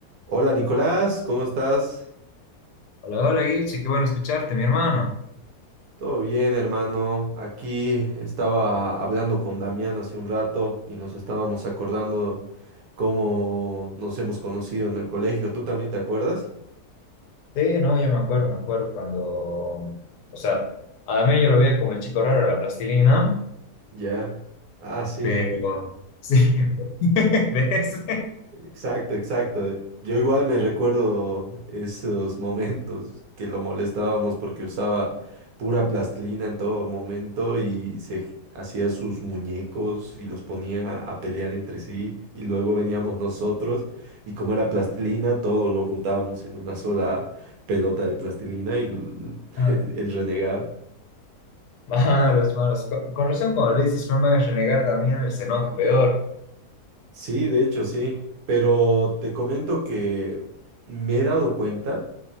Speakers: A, on the right; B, on the left.
A: Hola Nicolás, ¿cómo estás?
B: Hola, hola Guiche, qué bueno escucharte, mi hermano.
A: Todo bien, hermano. Aquí estaba hablando con Damián hace un rato y nos estábamos acordando cómo nos hemos conocido en el colegio. ¿Tú también te acuerdas?
B: Sí, no, yo me acuerdo, me acuerdo cuando, o sea, a mí yo lo veía como el chico raro de la plastilina,
A: Ya. Ah, sí.
B: pero sí, <laughs> ¿ves?
A: Exacto, exacto. Yo igual me recuerdo esos momentos que lo molestábamos porque usaba pura plastilina en todo momento y se hacía sus muñecos y los ponía a pelear entre sí y luego veníamos nosotros y como era plastilina todo lo juntábamos en una sola pelota de plastilina y l-
B: Malos,
A: <laughs> el renegado.
B: malos, malos. Con, con razón cuando le dices, no me hagas renegar, Damián, él se enoja peor.
A: Sí, de hecho sí, pero te comento que me he dado cuenta